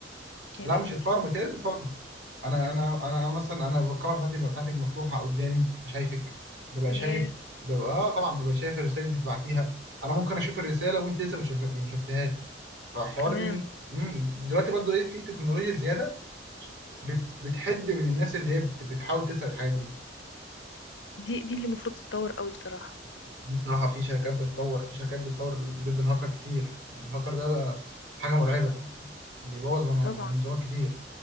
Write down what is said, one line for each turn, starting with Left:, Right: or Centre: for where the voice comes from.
Left: يا
Right: لا
Left: لهوي
Right: مش اتفرمت هي اتفرمت انا انا انا مثلا انا الكاميرا بتاعتي بتاعتك مفتوحه قدامي شايفك ببقى
Left: ياه
Right: شايف ببقى اه طبعا ببقى شايف الرساله اللي انت بعتيها انا ممكن اشوف الرساله وانت لسه ما تشوف- ما شفتهاش فحوار
Left: كمان
Right: إن- مم، دلوقتي برضو ايه في تكنولوجيا زياده بت- بتحد من الناس اللي هي بت- بتحاول تسأل الحاجات دي
Left: دي دي اللي المفروض تتطور قوي بصراحة
Right: دي الصراحة في شركات بتطور في شركات بتطور ضد الهاكر كتير يعني الهاكر ده بقى حاجة مرعبة بيبوظ من-
Left: طبعا
Right: منظومات كتير